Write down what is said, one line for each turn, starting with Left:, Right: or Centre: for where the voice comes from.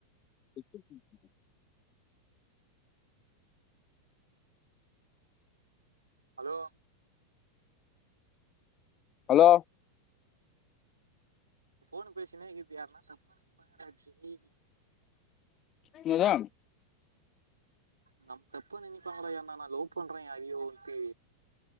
Left: <unintelligible>
Right: ஹலோ
Left: ஹலோ
Right: ஃபோனு பேசினே இக்குது யார்னா தப்பா நெனப்பாங்கடா <unintelligible>
Left: இல்லையா
Right: நம்ம தப்ப நினைப்பாங்கனா நான் லவ் பண்றேன் யறோன்ட்டு